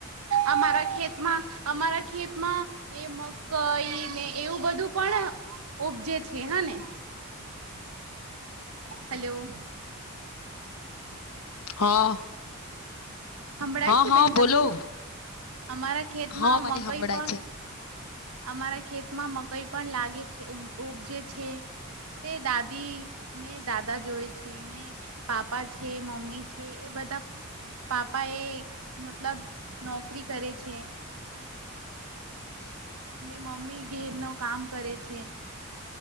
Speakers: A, on the right (about 75°); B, on the left (about 75°).
A: અમારા ખેતમાં અમારા ખેતમાં એ મ કઈ ને એવું બધું પણ ઉપજે છે હા ને
B: હ
A: હલો
B: હા
A: સંંભળાય
B: હા
A: છે
B: હા
A: બેન
B: બોલો
A: તમને અમારા ખેતમાં
B: હા મને
A: મ
B: સંભળાય
A: કોઈ પણ
B: છે
A: અમારા ખેતમાં મકાઈ પણ લાગે છે ઉપજે છે તે દાદી ને દાદા જોય છે ને પાપા છે મમ્મી છે એ બધા પાપા એ મતલબ નોકરી કરે છે
B: <inaudible>
A: ને મમ્મી ઘેર ન કામ કરે છે